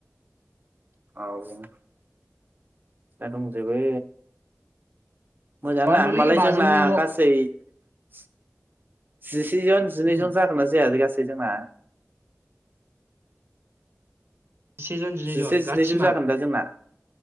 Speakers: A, on the right; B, on the right.
A: औ दा दंजोबो मोजां
B: माबाल'लै
A: ना होमबालाय
B: बाजौनिल'
A: जोंना गासै <unintelligible> जिनैजन जिनैजन
B: उम
A: जागोन ना जायालै गासै जोंना?
B: जिसे जन जिनै
A: जिसे
B: जन गासिमा
A: जिनैजौ जागोन दा जोंना?